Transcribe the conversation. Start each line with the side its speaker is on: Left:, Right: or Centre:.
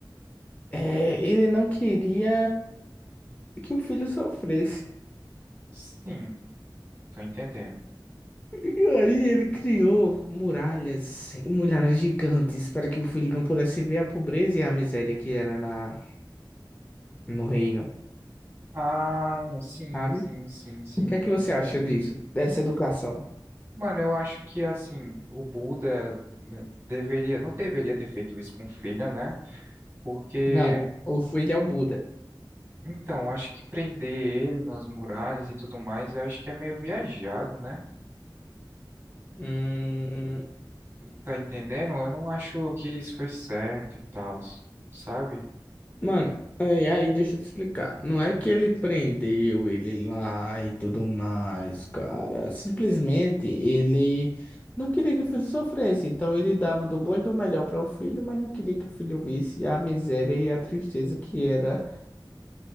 Left: É, ele não queria que o filho sofresse.
Right: Sim, tô entendendo.
Left: E aí ele criou muralhas, e muralhas gigantes para que o filho não pudesse ver a pobreza e a miséria que era na, no reino,
Right: Ah, é, sim,
Left: sabe?
Right: sim, sim, sim,
Left: O que
Right: tô
Left: é que
Right: entendendo.
Left: você acha disso? Dessa educação?
Right: Mano, eu acho que assim, o Buda né, deveria, não deveria ter feito isso com o filho, né? Porque,
Left: Não, o filho é o Buda.
Right: então, acho que prender ele nas muralhas e tudo mais, eu acho que é meio viajado, né?
Left: Hum,
Right: Tá entendendo? Eu não acho que isso foi certo e tal, sabe?
Left: Mano, aí, aí deixa eu te explicar. Não é
Right: Hum.
Left: que ele prendeu ele lá e tudo mais, cara. Simplesmente ele não queria que o filho sofresse. Então ele dava do bom e do melhor para o filho, mas não queria que o filho visse a miséria e a tristeza que era